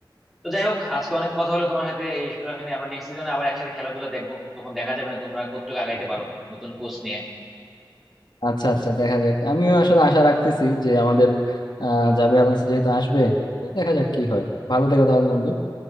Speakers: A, in the centre; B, on the left (about 65°).
A: তো যাই হোক আজকে অনেক কথা হলো তোমার সাথে এইগুলো নিয়ে আমরা নেক্সট সিজনে আবার একসাথে খেলাধুলা দেখবো তখন দেখা যাবে না তোমরা কতটুকু আগাইতে পারো নতুন কোচ নিয়ে
B: আচ্ছা আচ্ছা দেখা যাক আমিও আসলে আশা রাখতেছি যে আমাদের আহ জাবির আলোনসো যেহেতু আসবে তো দেখা যাক কি হয় ভালো থেকো তাহলে বন্ধু